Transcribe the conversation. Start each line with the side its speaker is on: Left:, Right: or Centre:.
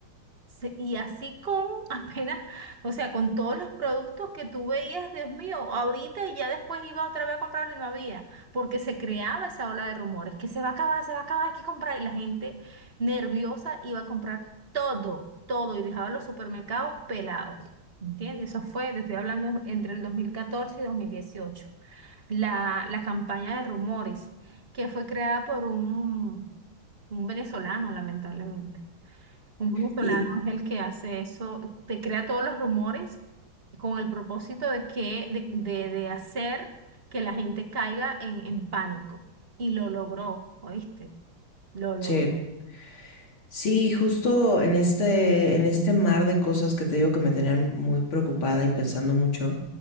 Right: Se- Y así con <laughs> apenas, o sea, con todos los productos que tú veías, Dios mío, ahorita y ya después iba otra vez a comprarlo y no había, porque se creaba esa ola de rumores, que se va a acabar, se va a acabar, hay que comprar. Y la gente nerviosa iba a comprar todo, todo y dejaba los supermercados pelados. ¿Entiendes? Eso fue, te estoy hablando entre el 2014 y dos mil dieciocho La, la campaña de rumores que fue creada por un, un venezolano, lamentablemente. Un venezolano
Left: Y
Right: es el que hace eso, te crea todos los rumores con el propósito de que, de, de- de hacer que la gente caiga en, en pánico. Y lo logró, ¿oíste? Lo logró.
Left: che, sí, justo en este, en este mar de cosas que te digo que me tenían muy preocupada y pensando mucho,